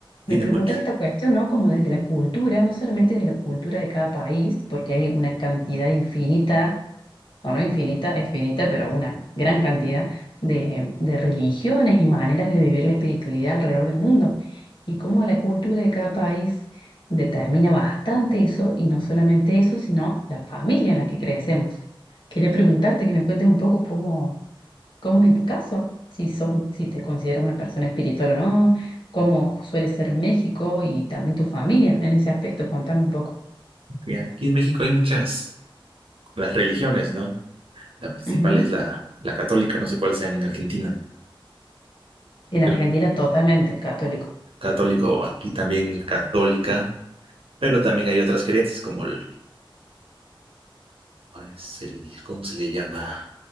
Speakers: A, on the left; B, on the right.
A: me
B: tiene
A: preguntaba
B: mucho.
A: esta cuestión, ¿no? Como desde la cultura, no solamente desde la cultura de cada país, porque hay una cantidad infinita no, no infinita, es finita, pero una gran cantidad de, de religiones y maneras de vivir la espiritualidad alrededor del mundo. Y cómo la cultura de cada país determina bastante eso, y no solamente eso, sino la familia en la que crecemos. Quería preguntarte que me cuentes un poco cómo, cómo es en tu caso, si sos, si te consideras una persona espiritual o no, cómo suele ser México y también tu familia en ese aspecto. Contame un poco.
B: Mira, aquí en México hay muchas, las religiones, ¿no? La principal
A: Ujú.
B: es la, la católica, no sé cuál sea en Argentina.
A: En
B: Creo
A: Argentina totalmente es católico.
B: católico o aquí también la católica, pero también hay otras creencias como el, ¿cuál es el- ¿cómo se le llama?